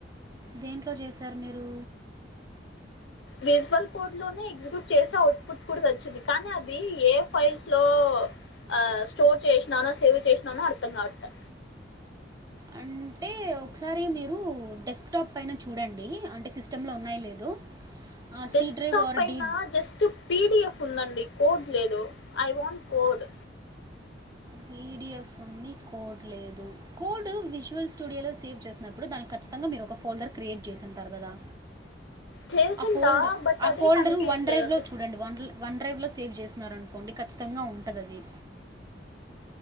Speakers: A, on the right; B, on the left.
A: దేంట్లో జేసారు మీరు
B: బేస్ వన్ కోడ్ లోనే ఎగ్జిక్యూట్ చేసే అవుట్పుట్ కూడా తెచ్చింది కానీ అది ఏ ఫైల్స్ లో ఆ స్టోర్ చేశ్నానో సేవ్ చేశ్నానో అర్థం కావట్లా
A: అంటే ఒక్సరీ మీరు డెస్క్ టాప్ పైన చూడండి అంటే సిస్టమ్ంలో ఉన్నాయో లేదో
B: డెస్
A: C drive
B: top
A: or
B: పైన
A: D
B: జస్ట్ పీడిఎఫ్ ఉందండి కోడ్ లేదు ఐ వాంట్ కోడ్
A: పిడిఎఫ్ ఉంది కోడ్ లేదు కోడ్ విజువల్ స్టూడియోలో సేవ్ చేస్ న్నప్పుడు దాని ఖచ్చితంగా మీరు ఒక ఫోల్డర్ క్రియేట్ చేసింటారు కదా
B: చేసింటా
A: ఆ ఫోల్డ్
B: బట్
A: ఆ
B: అదే
A: ఫోల్డరు
B: కనిపించట్లేదండి
A: వన్ డ్రైవ్ లో చూడండి వన్ ల్ వన్ డ్రైవ్ లో సేవ్ జేస్నారనుకోండి ఖచ్చితంగా ఉంటదది